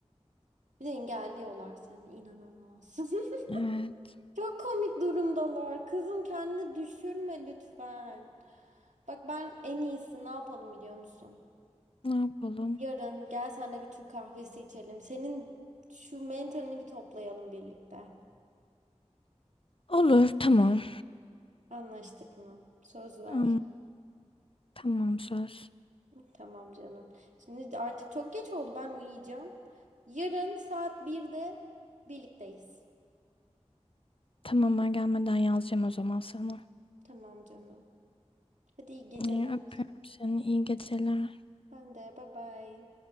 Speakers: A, on the right; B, on the left.
A: Bir de engelliyorlar seni inanılmaz. <laughs>
B: Evet,
A: Çok komik durumdalar. Kızım kendini düşürme lütfen. Bak ben en iyisi ne yapalım biliyor musun?
B: ne yapalım?
A: Yarın gel senle bir Türk kahvesi içelim. Senin şu mentalini bir toplayalım birlikte.
B: Olur, tamam.
A: Anlaştık mı? Söz ver.
B: Am- tamam söz.
A: Tamam canım. Şimdi artık çok geç oldu. Ben uyuyacağım. Yarın saat birde birlikteyiz.
B: Tamam ben gelmeden yazacağım o zaman sana.
A: Tamam canım. Hadi iyi geceler.
B: İyi, öpüyorum seni. İyi geceler.
A: Ben de bye bye.